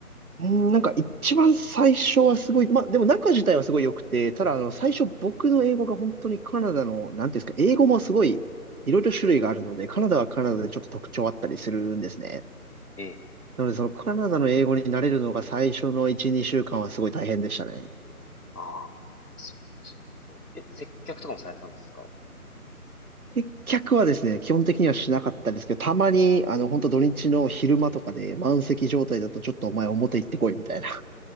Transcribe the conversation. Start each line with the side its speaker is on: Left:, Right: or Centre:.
Right: うん、なんか一番最初はすごい、まあでも中自体はすごい良くて、ただあの最初僕の英語が本当にカナダの、なんていうんですか、英語もすごいいろいろ種類があるので、カナダはカナダでちょっと特徴あったりするんですね。
Left: ええ、
Right: なのでそのカナダの英語に慣れるのが最初の1、2週間はすごい大変でしたね。
Left: ああ、そそうえ、接客とかもされたんですか
Right: 接客はですね、基本的にはしなかったんですけど、たまに、あの、本当土日の昼間とかで満席状態だと、ちょっとお前表行ってこいみたいな <laughs>